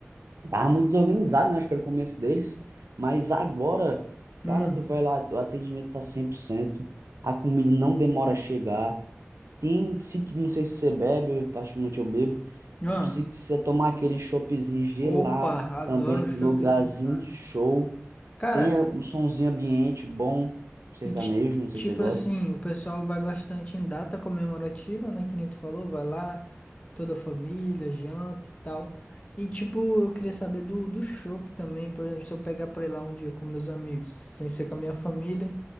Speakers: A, on the right; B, on the left.
A: tava muito desorganizado, né? Acho que era o começo deles. Mas agora, cara,
B: Hum.
A: tu vai lá, o atendimento tá cem por cento a comida não demora a chegar. Tem, se, não sei se você bebe, eu, particularmente eu bebo.
B: Ah,
A: Se você tomar aquele choppzinho gelado
B: opa, adoro
A: também,
B: um choppzinho,
A: lugarzinho
B: cara.
A: show.
B: Cara,
A: Tem um somzinho ambiente bom, sertanejo,
B: e ti-
A: não sei
B: tipo
A: se você gosta.
B: assim, o pessoal vai bastante em data comemorativa, né? Que nem tu falou, vai lá, toda a família, janta e tal. E tipo, eu queria saber do, do chopp também, por exemplo, se eu pegar pra ir lá um dia com meus amigos, sem ser com a minha família,